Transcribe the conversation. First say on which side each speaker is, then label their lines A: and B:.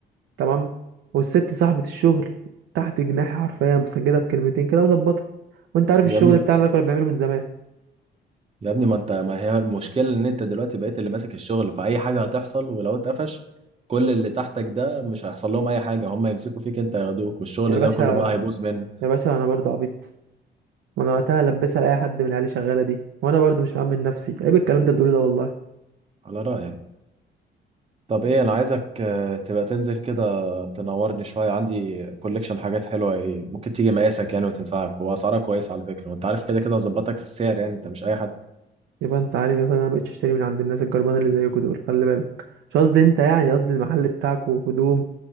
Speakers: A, on the right (about 80°); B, on the right (about 30°).
A: تمام والست صاحبة الشغل تحت جناحي حرفيا مسجلها بكلمتين كده وظبطها وانت عارف
B: يا
A: الشغل
B: ابني
A: بتاعنا ده كنا بنعمله من زمان
B: يا ابني ما انت ما هي المشكلة ان انت دلوقتي بقيت اللي ماسك الشغل فأي حاجة هتحصل ولو اتقفش كل اللي تحتك ده مش هيحصل لهم اي حاجة هم يمسكوا فيك انت ياخدوك والشغل
A: يا باشا
B: ده كله بقى هيبوظ منك
A: يا باشا انا برضه عبيط وانا وقتها لبسها لاي حد من العيال اللي شغاله دي وانا برضه مش مأمن نفسي عيب الكلام ده بتقوله ده والله
B: على رأيك طب ايه انا عايزك آه، تبقى تنزل كده تنورني شوية عندي كوليكشن حاجات حلوة ايه ممكن تيجي مقاسك يعني وتنفعك واسعارها كويسة على فكرة وانت عارف كده كده ظبطك في السعر يعني انت مش اي حد
A: يبقى انت عارف يا اخويا انا مبقتش اشتري من عند الناس الجربانه اللي زيكوا دول خلي بالك مش قصدي انت يعني قصدي المحل بتاعكوا هدوم